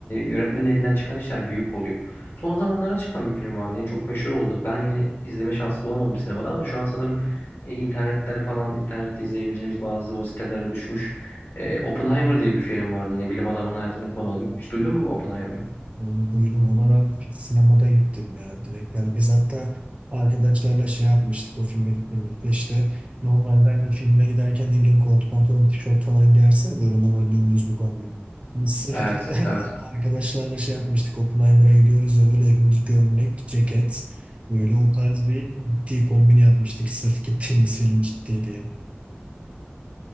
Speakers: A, on the left; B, on the right.
A: yönetmenin elinden çıkan işler büyük oluyor. Son zamanlara çıkan bir film vardı. Yani çok meşhur oldu. Ben yine izleme şansı bulamadım sinemada ama şu an sanırım e, internetlere falan internette izleyebileceğimiz bazı o sitelere düşmüş. Ee, Oppenheimer diye bir film vardı. Yine bilim adamının hayatını konu alıyor. Hiç duydun mu Oppenheimer'ı?
B: Onu duydum. Ona ben sinemada gittim ya direkt. Yani biz hatta arkadaşlarla şey yapmıştık o filme gittiğimizde işte işte normalde hani filme giderken ne bileyim kot pantolon tişört falan gelse böyle normal dümdüz bir kombin. Biz sırf
A: Evet,
B: işte <laughs>
A: evet.
B: a- arkadaşlarla şey yapmıştık Oppenheimer'a gidiyoruz ya böyle hepimiz gömlek, ceket böyle o tarz bir ciddi kombin yapmıştık sırf gittiğimiz film ciddi diye.